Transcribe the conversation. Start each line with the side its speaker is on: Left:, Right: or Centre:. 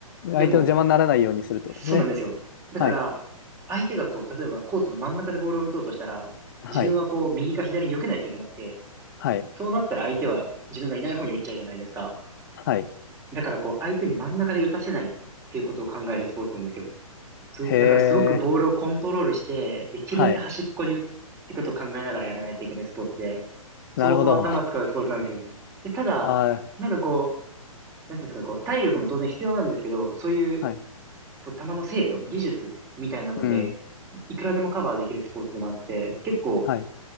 Left: 相手の邪魔にならないようにするってことですね。
Right: でも、そうなんですよ。だから、
Left: はい。
Right: 相手がこう、例えばコートの真ん中でボールを打とうとしたら、
Left: はい。
Right: 自分はこう、右か左に避けないといけなくて、
Left: はい。
Right: そうなったら相手は自分がいない方に打っちゃうじゃないですか。
Left: はい。
Right: だからこう、相手に真ん中で打たせないっていうことを考えるスポーツなんですよ。すだからすごくボールをコントロールして、
Left: へえ、
Right: できるだけ端っこに打つってことを考えながらやらないといけないスポーツで、
Left: はい。
Right: 相当頭使うスポーツなんですよね。
Left: なるほど。
Right: で、ただ、
Left: あ、
Right: なんかこう、なんていうんですかね、こう、体力も当然必要なんですけど、そういう、
Left: はい。
Right: こう、球の精度、技術みたいなので、
Left: うん。
Right: いくらでもカバーできるスポーツでもあって、結構、
Left: はい。